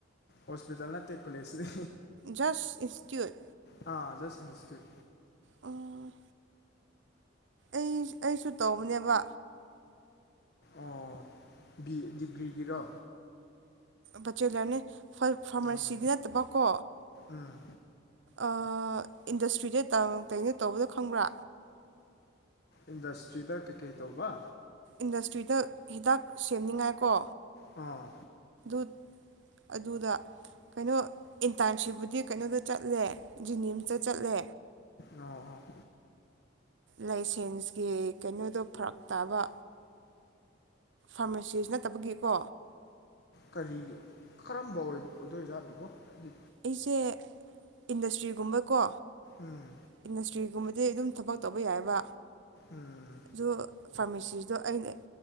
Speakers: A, on the left; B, on the right.
A: ꯍꯣꯁꯄꯤꯇꯥꯜ ꯅꯠꯇꯦ ꯀꯣꯂꯦꯖꯅꯦ
B: ꯖꯁ ꯏꯟꯁꯇ꯭ꯌꯨꯠ
A: ꯑ ꯖꯁ ꯏꯟꯁꯇ꯭ꯌꯨꯠ
B: ꯎꯝ ꯑꯩꯁ ꯑꯩꯁꯨ ꯇꯧꯕꯅꯦꯕ
A: ꯑꯣ ꯕꯤ ꯗꯤꯒ꯭ꯔꯤꯒꯤꯔꯣ
B: ꯕꯆꯦꯂꯔꯅꯦ ꯐꯥꯔ ꯐꯥꯔꯃꯥꯁꯤꯗꯤ
A: ꯑꯥ
B: ꯅꯠꯇꯕꯀꯣ
A: ꯎꯝ
B: ꯑꯥ ꯏꯟꯗꯁꯇ꯭ꯔꯤꯗ ꯇꯧ ꯀꯩꯅꯣ ꯇꯧꯕꯗꯣ ꯈꯪꯕ꯭ꯔꯥ
A: ꯏꯟꯗꯁꯇ꯭ꯔꯤꯗ ꯀꯩꯀꯩ ꯇꯧꯕ
B: ꯏꯟꯗꯁꯇ꯭ꯔꯤꯗ ꯍꯤꯗꯥꯛ ꯁꯦꯝꯅꯤꯡꯉꯥꯏꯀꯣ
A: ꯑꯣ
B: ꯍꯨꯠ ꯑꯗꯨꯗ ꯀꯩꯅꯣ ꯏꯟꯇꯥꯏꯝꯁꯤꯞꯄꯨꯗꯤ ꯀꯩꯅꯣꯗ ꯆꯠꯂꯦ ꯖꯤꯅꯤꯝꯁꯇ ꯆꯠꯂꯦ
A: ꯑꯣ ꯑꯣ
B: ꯂꯩꯁꯦꯟꯁꯀꯤ ꯀꯩꯅꯣꯗꯣ ꯐꯔꯛ ꯇꯥꯕ ꯐꯥꯔꯃꯥꯁꯤꯁ ꯅꯠꯇꯕꯒꯤꯀꯣ
A: ꯀꯔꯤꯒꯤ ꯀꯔꯝꯕ ꯑꯣꯏ ꯑꯣꯏꯗꯣꯏꯖꯥꯠꯅꯣ ꯗꯤ
B: ꯑꯩꯖꯦ ꯏꯟꯗꯁꯇ꯭ꯔꯤꯒꯨꯝꯕꯀꯣ
A: ꯎꯝ
B: ꯏꯟꯗꯁ ꯇ꯭ꯔꯤꯒꯨꯝꯕꯗꯤ ꯑꯗꯨꯝ ꯊꯕꯛ ꯇꯧꯕ ꯌꯥꯏꯌꯦꯕ
A: ꯎꯝ
B: ꯑꯗꯨ ꯐꯥꯔꯃꯥꯁꯤꯁꯗꯣ ꯑꯩꯅ